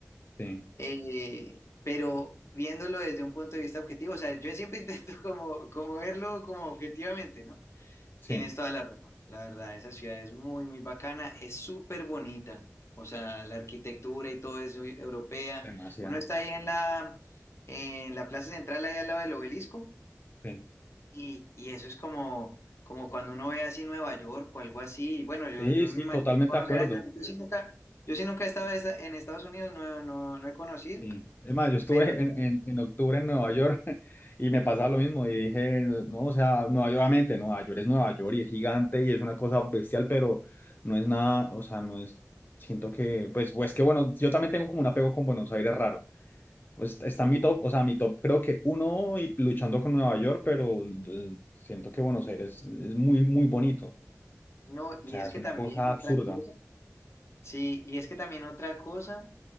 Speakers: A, on the left; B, on the left.
A: sí,
B: Eh, pero viéndolo desde un punto de vista objetivo, o sea, yo siempre <laughs> intento como, como verlo como objetivamente, ¿no?
A: sí,
B: Tienes toda la razón, la verdad, esa ciudad es muy, muy bacana, es súper bonita, o sea, la arquitectura y todo es muy europea.
A: demasiado.
B: Uno está ahí en la, en la plaza central, ahí al lado del obelisco,
A: Sí,
B: y, y eso es como, como cuando uno ve así Nueva York o algo así, y bueno, yo,
A: sí,
B: yo
A: sí,
B: me imagino
A: totalmente
B: que conocerás,
A: de acuerdo.
B: yo, yo sí nunca, yo sí nunca he estado esta- en Estados Unidos, no, no, no he conocido,
A: Sí, es más, yo estuve
B: pero yo
A: en, en, en octubre en Nueva York <laughs> y me pasaba lo mismo y dije, no, o sea, Nueva York, obviamente, Nueva York es Nueva York y es gigante y es una cosa bestial, pero no es nada, o sea, no es, siento que, pues, pues que bueno, yo también tengo como un apego con Buenos Aires raro. Pues está mi top, o sea, mi top creo que uno y luchando con Nueva York, pero eh, siento que Buenos Aires es muy, muy bonito.
B: No, y
A: O sea,
B: es
A: es
B: que
A: una
B: también
A: cosa
B: otra
A: absurda.
B: cosa, sí, y es que también otra cosa